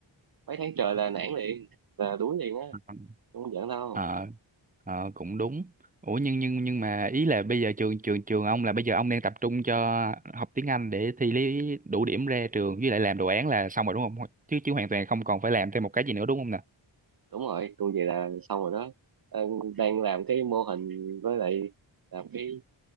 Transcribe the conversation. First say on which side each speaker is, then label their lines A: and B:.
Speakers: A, on the right; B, on the right.
A: mấy tháng trời là nản liền là đuối liền á
B: ờ
A: không giỡn đâu
B: ờ, ờ, cũng đúng ủa nhưng nhưng nhưng mà ý là bây giờ trường trường trường ông là bây giờ ông đang tập trung cho học tiếng Anh để thi lý đủ điểm ra trường với lại làm đồ án là xong rồi đúng không chứ chứ hoàn toàn không còn phải làm thêm một cái gì nữa đúng không nè
A: đúng rồi tôi vậy là xong rồi đó Ờ, đang làm cái mô hình với lại làm cái